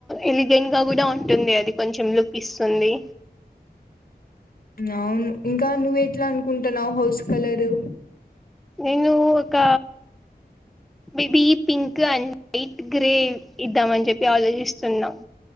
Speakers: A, in the centre; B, on the left.
A: ఎలిగెంట్గా కూడా ఉంటుంది అది కొంచెం లుక్ ఇస్తుంది
B: అవును ఇంకా నువ్వు ఎట్లా అనుకుంటున్నావ్ హౌస్ కలరు
A: నేను ఒక baby pink and white grey ఇద్దామని చెప్పి ఆలోచిస్తున్నాం